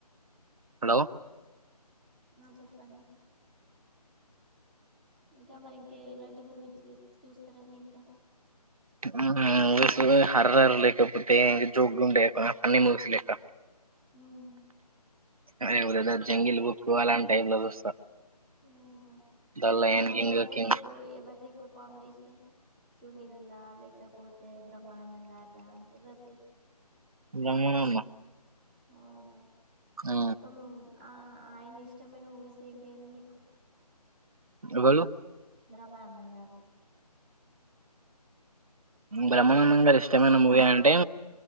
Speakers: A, on the right (about 60°); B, in the centre.
A: హలో.
B: ఆ, చెప్పండి. ఇంకా మరి, ఇంకా ఎలాంటి మూవీ చూస్తారండి ఇంకా?
A: ఉహ్మ్. మూవీ <unintelligible> సుద్ధే, హారర్ లేకపోతే ఇంకా జోక్‌గా ఉండే అన్ని మూవీస్ లెక్కా.
B: హ్మ్.
A: ఆయూ బ్రదర్! జంగిల్ బుక్కు, అలాంటి టైపు లో చూస్తా.
B: అవునా.
A: ద
B: అంటే
A: లయన్
B: కామెడీ,
A: కింగ్
B: అంటే
A: కింగ్
B: మీకు ఎవరిది ఎక్కువ కామెడీ ఇష్టం? సునీల్దా, లేలకపోతే బ్రహ్మానందం గారుదా. ఎవరిది?
A: బ్రహ్మానందం.
B: అవునా,
A: ఆ
B: ఎకున్. ఆ అయినా, ఇష్టమైన మూవీస్ ఏంటి అండి మీకు?
A: ఎవళ్లు?
B: బ్రహ్మానందం గరిధీ.
A: బ్రహ్మానందం గారు, ఇష్టమైన మూవీ అంటే?